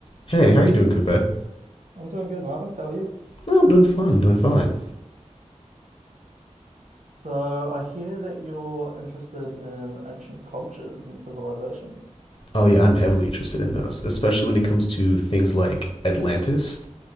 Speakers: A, on the left (about 45°); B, on the right (about 80°).
A: Hey, how are you doing, Coupe?
B: I'm doing good, Marvin. How are you?
A: No, I'm doing fine. I'm doing fine.
B: So I hear that you're interested in ancient cultures and civilizations.
A: Oh yeah, I'm heavily interested in those, especially when it comes to things like Atlantis.